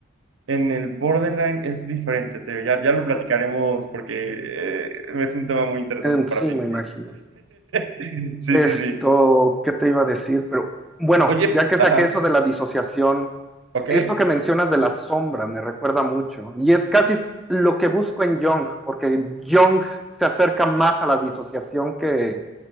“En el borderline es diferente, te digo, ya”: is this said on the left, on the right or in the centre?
Right